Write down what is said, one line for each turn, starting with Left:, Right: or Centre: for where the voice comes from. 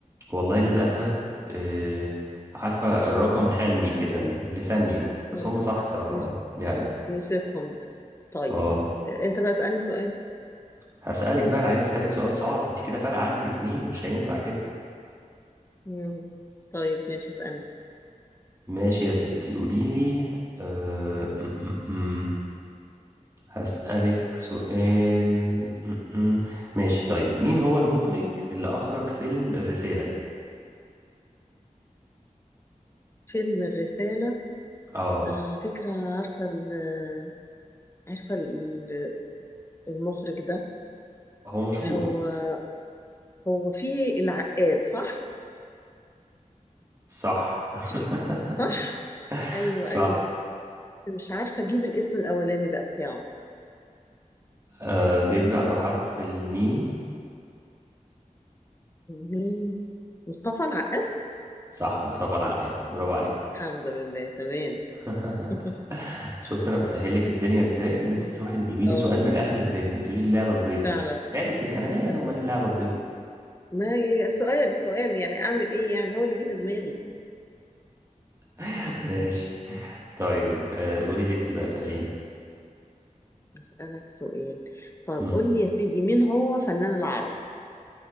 Right: والله للأسف آه عارفة الرقم خني كده لثانية
Left: مم.
Right: بس هما صح سبعة
Left: نس...
Right: اه دي حقيقة
Left: نسيتهم طيب
Right: اه
Left: انت بقى اسألني سؤال
Right: هسألك بقى أنا عايز أسألك سؤال صعب أنت كده فارقة عني باتنين مش هينفع كده
Left: مم. طيب ماشي اسألني
Right: ماشي يا ستي قوليلي أه... م- م- م. هسألك سؤال م- م. ماشي طيب مين هو المخرج اللي أخرج فيلم الرسالة؟
Left: فيلم الرسالة
Right: اه
Left: أنا على فكرة عارفة ال- عارفة ال- المخرج ده
Right: هو مشهور
Left: هو هو في العقاد صح؟
Right: صح
Left: في
Right: <laughs>
Left: صح؟ أيوه
Right: صح
Left: أيوه مش عارفة أجيب الاسم الأولاني بقى بتاعه
Right: أه... بيبدأ بحرف الميم
Left: مين؟ مصطفى العقاد؟
Right: صح مصطفى العقاد برافو عليك
Left: الحمد لله تمام
Right: <laughs>
Left: <laughs>
Right: شفت انا بسهلك الدنيا ازاي وانت تروحي تجيبي لي
Left: اه
Right: سؤال من اخر الدنيا تقولي لي اللعبه البيضاء
Left: فعلا
Right: لعبه ال... انا مالي
Left: بس
Right: انا ومال اللعبه البيضاء
Left: ما سؤال سؤال يعني أعمل إيه يعني هو اللي جه في دماغي
Right: <laughs> ماشي
Left: <laughs>
Right: طيب آه، قولي لي انت بقى اساليني
Left: أسألك سؤال طيب
Right: مم.
Left: قول لي يا سيدي مين هو فنان العرب